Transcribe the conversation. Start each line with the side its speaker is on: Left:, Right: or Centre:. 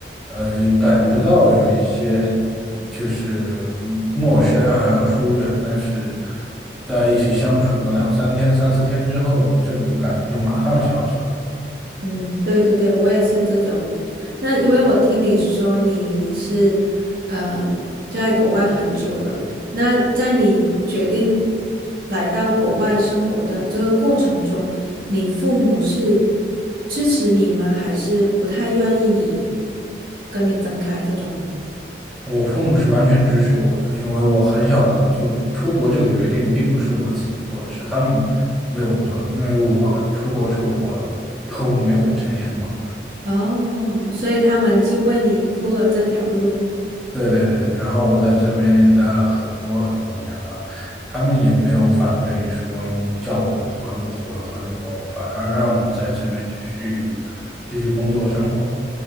Centre: 呃，感觉到有一些就是陌生还有疏远，但是在一起相处个两三天、三四天之后，这种感觉就马上消失了。
Right: 嗯，对对对，我也是这种。那因为我听你说你是，呃，在国外很久了，那在你决定来到国外生活的这个过程中，你父母是支持你吗？还是不太愿意你跟你分开这种？
Centre: 我父母是完全支持我的，因为我很小的就出国这个决定并不是我自己做的，是他们为我做的。因为我出国的时候我都没有成年嘛，
Right: 哦，所以他们就为你铺了这条路。
Centre: 对对对，然后我在这边也待了很多很多年了，他们也没有反对说叫我回回回国，反而让我在这边继续继续工作生活。